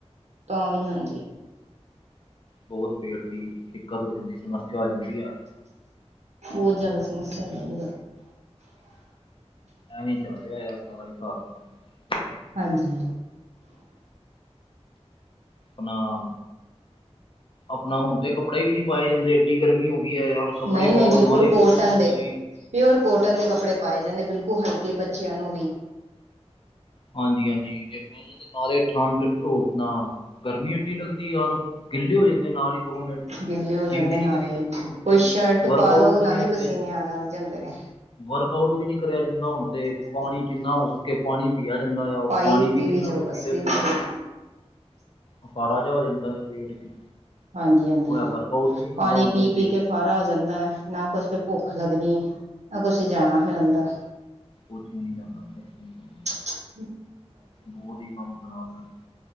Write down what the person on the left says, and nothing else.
ਬੋਤ ਪੇਟ ਦੀ ਦਿੱਕਤ ਹੋ ਜਾਂਦੀ, ਸਮੱਸਿਆ ਹੋ ਜਾਂਦੀ ਆ।
ਐਵੇਂ ਈ ਜਾ ਰਿਆ ਸਾਰਾ ਈ <unintelligible> ਸਾਰਾ
ਅਪਣਾ, ਅਪਣਾ ਹੁਣ ਤੇ ਕੱਪੜੇ ਵੀ ਨੀ ਪਾਏ ਜਾਂਦੇ। ਡੀ ਗਰਮੀ ਹੋ ਗਈ ਏ ਯਾਰ, ਕੱਪੜੇ
ਪਾਓ
ਨਾਲੇ
ਪਸੀਨੋ
ਪਸੀਨ।
ਹਾਂਜੀ-ਹਾਂਜੀ, ਤੇ ਬੌਹਤ ਨਾਲੇ ਠੰਡ ਉ ਅਪਣਾ, ਗਰਮੀ ਐਡੀ ਲੱਗਦੀ ਯਾਰ ਗਿੱਲੇ ਹੋ ਜਾਂਦੇ ਨੇ ਨਾਲ ਈ। ਦੋ ਮਿੰਟ ਚ,
ਜਿੰਮ ਵੀ ਨੀ
ਕਰੀ
ਜਾਂਦੀ ਹੁਣ
ਤੇ,
ਵਰਕ
ਆਊਟ
ਵੀ
ਨਹੀਂ
ਕਰਿਆ
ਵਰਕ ਆਊਟ ਵੀ ਨੀ ਕਰਿਆ ਜਾਂਦਾ ਹੁਣ ਤੇ, ਪਾਣੀ ਜਿੰਨਾ ਹੋ ਸਕ ਕੇ ਪਾਣੀ ਪੀਆ ਜਾਂਦਾ ਆ, ਉਹ
ਪਾਣੀ ਵੀ
ਕਿੰਨਾ
ਕੁ
ਪੀ ਲੇ
ਬੰਦਾ?
ਅਫਾਰਾ ਜੇਆ ਹੋ ਜਾਂਦਾ ਆ ਪੇਟ ਚ।
ਵਰਕਆਊਟ ਵੀ ਨਹੀਂ ਹੁੰਦਾ
ਹੁੰਦੇ
ਸਹੀ
ਕੁੱਛ ਵੀ ਨੀ ਜਾਂਦਾ ਅੰਦਰ, ਨੀ ਜਾਂਦਾ।
ਬੋਤ ਈ ਕੰਮ ਖਰਾਬ ਐ।